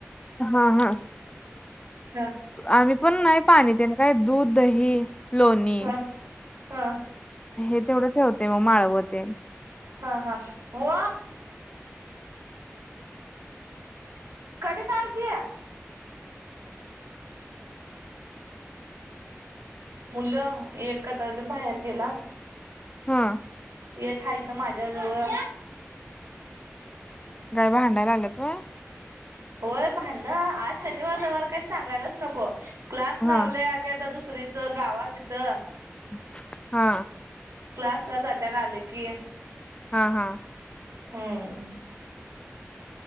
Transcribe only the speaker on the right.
हा.
हा, हा.
हा, हा. ओ. कडी काड की. मुलं, एखादा द बाहेर गेला
हे हाय त माझ्याजवळ.
होय, भांडणं. आज शनिवार- रविवार काय सांगायलाच नको. क्लास
लावले आणि आ ता दुसरीचं, गावात हिथं.
क्लासला जात्यात, आलं की.
हम्म.